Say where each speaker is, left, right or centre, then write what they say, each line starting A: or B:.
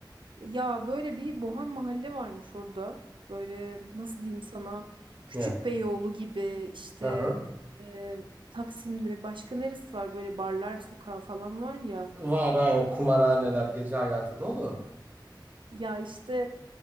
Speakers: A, on the right; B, on the right.
A: Ya böyle bir bohem mahalle varmış orada. Böyle nasıl diyeyim sana Küçükbeyoğlu
B: Ne?
A: gibi işte
B: Hı hı.
A: e, Taksim'de başka neresi var böyle barlar sokağı falan var ya.
B: Var aynı kumarhaneler, gece hayatı dolu.
A: Ya işte